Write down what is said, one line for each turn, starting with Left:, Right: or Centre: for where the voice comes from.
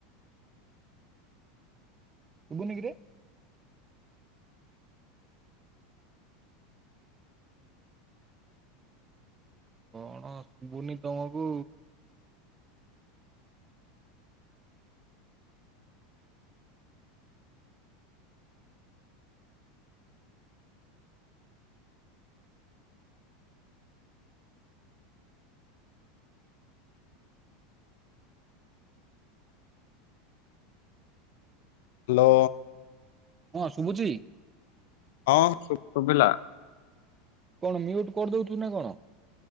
Right: ଶୁବୁନି କିରେ? କଣ ଶୁବୁନି ତମକୁ।
Left: ଲୋ
Right: ହଁ ଶୁଭୁଚି?
Left: ହଁ ଶୁ ଶୁବିଲା।
Right: କଣ ମ୍ୟୁଟ୍ କରିଦଉଥୁ ନା କଣ?